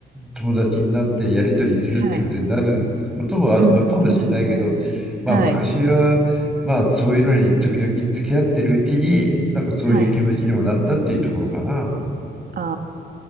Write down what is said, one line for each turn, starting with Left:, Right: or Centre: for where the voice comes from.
Centre: 友達になってやり取りするってことになることもあるのかもしれないけど、
Right: はい。うんうんうん。
Centre: まあ昔は、
Right: はい、
Centre: まあそういうのに時々付き合ってるうちに、なんかそういう気持ちにもなったっていうところかな。
Right: はい。あ